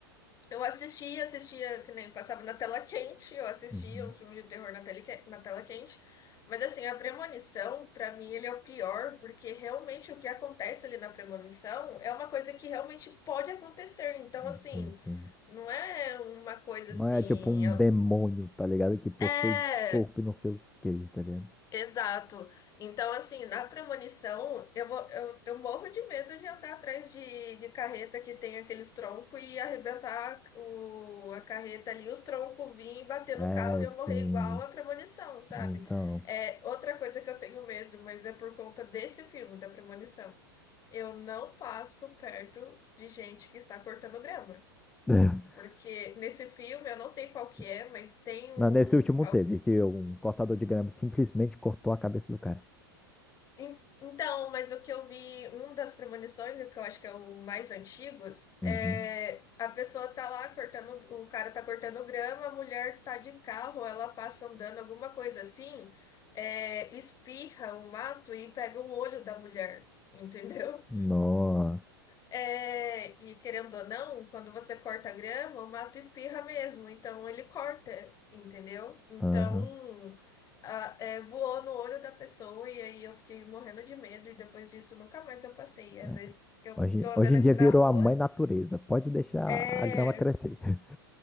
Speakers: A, on the left; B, in the centre.
A: Eu assistia, assistia, que nem passava na tela quente, eu assistia
B: uhum.
A: um filme de terror na tele, que- na tela quente. Mas assim, a premonição, pra mim, ele é o pior, porque realmente o que acontece ali na premonição é uma coisa que realmente pode acontecer. Então,
B: uhum.
A: assim,
B: Sim, sim.
A: não é uma coisa
B: Não
A: assim.
B: é tipo um demônio, tá ligado? Que possui
A: É.
B: corpo e não sei o quê, tá ligado?
A: Exato. Então, assim, na premonição, eu, vou- eu, eu morro de medo de andar atrás de, de carreta que tem aqueles troncos e arrebentar o, a carreta ali, os troncos vir e bater no
B: É,
A: carro e eu
B: sim.
A: morrer igual a premonição, sabe?
B: Então.
A: É outra coisa que eu tenho medo, mas é por conta desse filme, da premonição. Eu não passo perto de gente que está cortando grama.
B: <laughs>
A: Porque nesse filme, eu não sei qual que
B: Sim.
A: é, mas tem um.
B: Não, nesse último teve, que um cortador de grama simplesmente cortou a cabeça do cara.
A: En- Então, mas o que eu vi, um das premonições, e o que eu acho que é o mais antigos,
B: Uhum.
A: é a pessoa tá lá cortando, o cara tá cortando grama, a mulher tá de carro, ela passa andando, alguma coisa assim, é, espirra o mato e pega o olho da mulher, <laughs> entendeu?
B: Nossa.
A: É, e querendo ou não, quando você corta a grama, o mato espirra mesmo, então ele corta, entendeu? Então,
B: Aham.
A: a- é, voou no olho da pessoa e aí eu fiquei morrendo de medo e depois disso nunca mais eu passei. às
B: É.
A: vezes eu
B: Hoje,
A: tô andando
B: hoje em
A: aqui
B: dia
A: na
B: virou
A: rua,
B: a mãe natureza. Pode deixar
A: é,
B: a grama crescer. <laughs>